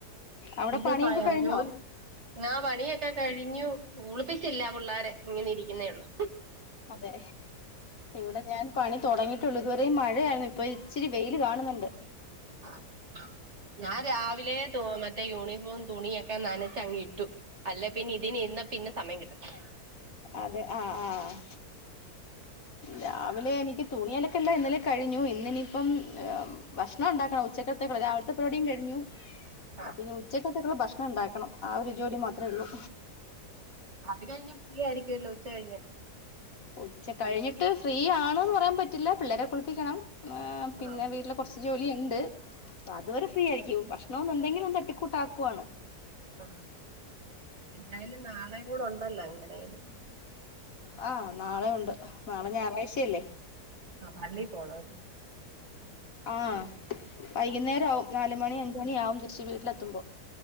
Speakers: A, on the left; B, on the right.
A: അവിടെ
B: പിന്നെ
A: പണിയൊക്കെ
B: പായജോലി
A: കഴിഞ്ഞോ
B: ങ്ങാ പണിയൊക്കെ കഴിഞ്ഞു കുളിപ്പിച്ചില്ല പിള്ളാര ഇങ്ങനെ ഇരിക്കുന്നേ ഒള്ളു
A: അതെ ഇവിടെ ഞാൻ പണി തുടങ്ങിയിട്ടുള്ളു ഇതുവര മഴയായിരുന്നു ഇപ്പൊ ഇച്ചിരി വെയിൽ കാണുന്നുണ്ട്
B: ആ ഹ്ഞാൻ രാവിലെ തു മറ്റേ യൂണിഫോം തുണിയൊക്കെ നനച്ച അങ്ങ് ഇട്ടു അല്ലേ പിന്നെ ഇതിന് ഇരന്ന പിന്നെ സമയം കിട്ടത്തില്ല
A: അതെ ആഹ് ആഹ്
B: ആ
A: രാവിലെ എനിക്ക് തുണി അലക്കെല്ലാം ഇന്നലെ കഴിഞ്ഞു ഇന്നി ഇനിപ്പം ഭക്ഷണം ഉണ്ടാക്കണം ഉച്ചക്കത്തേക്കുള്ള രാവില്ത്തെ പരിപാടിം കഴിഞ്ഞു
B: ആ
A: അപ്പം ഇനി ഉച്ചക്കത്തേക്കുള്ള ഭക്ഷണം ഉണ്ടാക്കണം ആ ഒരു ജോഡി മാത്രമേ ഒള്ളൂ
B: അത് കഴിഞ്ഞ് ഫ്രീ ആയിരിക്കല്ലോ ഉച്ച കഴിഞ്ഞ്
A: ഉച്ച കഴിഞ്ഞിട്ട് ഫ്രീ ആണ്ന്ന് പറയാൻ പറ്റില്ല പിള്ളേരെ കുളിപ്പിക്കണം പിന്നെ
B: ആ
A: വീട്ടിലെ കുറച്ച്ജോലി ഉണ്ട് അപ്പ അതുവരെ
B: ആ,
A: ഫ്രീ ആയിരിക്കും ഭക്ഷണ എന്തെങ്കിലും ഒന്ന് തട്ടിക്കൂട്ടാക്കുവാണ്
B: ആഹ് എന്തായാലും നാളെ കൂടെ ഉണ്ടല്ലോ എങ്ങനെയാലും
A: ആഹ് നാളെ ഉണ്ട് നാളെ ഞായറാഴ്ച്ചയല്ലേ
B: ഉം. ആ, പള്ളി പോണമല്ലോ
A: ആഹ് വൈകുന്നേര ആവും നാലുമണി അ ഞ്ച് മണിയാവും തിരിച്ച് വീട്ടിലെത്തുമ്പം